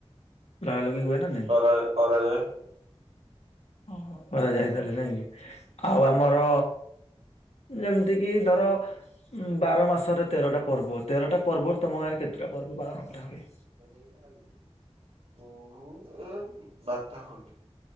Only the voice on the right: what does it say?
କ କରାଯାଏ।
<unintelligible> ବାରଟା ଖଣ୍ଡେ।